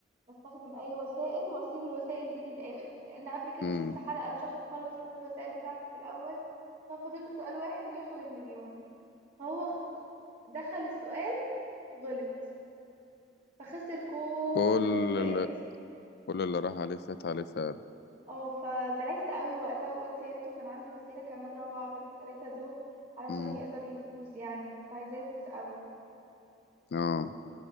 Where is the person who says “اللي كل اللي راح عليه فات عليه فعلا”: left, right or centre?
Left